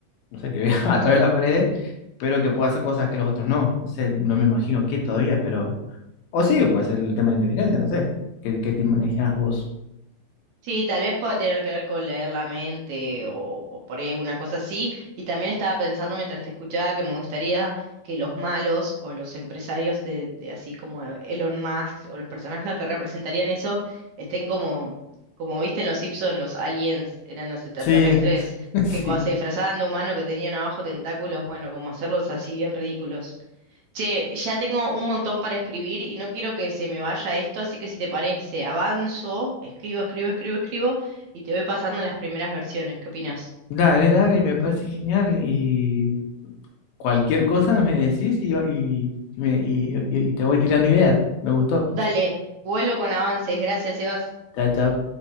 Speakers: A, on the left; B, on the right.
A: no sé, que vea <laughs> a través de la pared, pero que pueda hacer cosas que los otros no. No sé, no me imagino qué todavía, pero... O sí, puede ser el tema de inteligencia, no sé. ¿Qué, qué te imaginas vos?
B: sí, tal vez pueda tener que ver con leer la mente o, o por ahí alguna cosa así. Y también estaba pensando mientras te escuchaba que me gustaría que los malos o los empresarios de, de así como Elon Musk o los personajes que representarían eso estén como, como viste en Los Simpson, los aliens eran los extraterrestres
A: Sí, <laughs> sí.
B: que cuando se disfrazaban de humano que tenían abajo tentáculos, bueno, como hacerlos así bien ridículos. Che, ya tengo un montón para escribir y no quiero que se me vaya esto, así que si te parece, avanzo, escribo, escribo, escribo, escribo y te voy pasando las primeras versiones. ¿Qué opinás?
A: Dale, dale, me parece genial y cualquier cosa <laughs> me decís y, va- y, y me- y- y- y te voy tirando ideas. Me gustó.
B: Dale, vuelvo con avances. Gracias, Sebas.
A: Chao, chao.